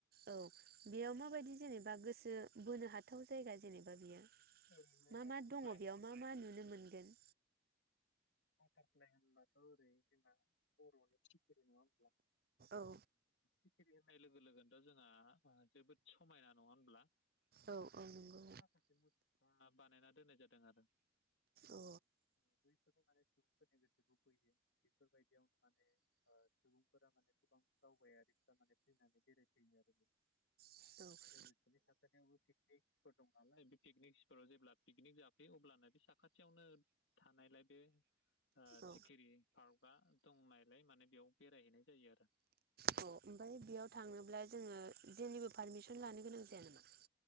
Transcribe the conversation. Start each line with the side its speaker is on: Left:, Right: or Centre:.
Right: औ बेयाव माबायदि जेनेबा गोसो बोनो हाथाव जायगा जेनेबा बियो
Left: ओरैनो
Right: मा
Left: बाटारफ्लाइ
Right: मा दङ बेयाव मा मा नुनो मोन गोन
Left: बाटारफ्लाइ होनब्लाथ' ओरै जोंना बर'नि सि खिरि नंङा होम्बला
Right: औ
Left: सिखिरि होननाय लोगो लोगोनोथ' जोंहा जोबोद समायना नङा होनब्ला,
Right: औ औ नंगौ
Left: बैफोरनि माखासे मुसुखा बानायना दोननाय जादों आरो
Right: औ
Left: अ बै बेफोरनो माने सुबुंफोरनि गोसोखौ बोयो बेफोरबायदियावनो माने ओ सुबुंफोरा माने गोबां दावबायारिफ्रा माने फैनानै बेरायफैयो आरो
Right: माने
Left: लोगोसेनो <unintelligible> निक स्पट दं नालाय बे पिकनिक स्पटआव जेब्ला पिकनिक जाफैयो अब्लानो बे साखाथियावनो थानायलाय बे ओ
Right: औ
Left: सिखिरि पार्कआ दंनायलाय माने बेयाव बेरायहैनाय जायो आरो
Right: अ ओमफ्राय बेयाव थांनोब्ला जोङो जेनिबो पारमिसन लानो गोनां जाया नामा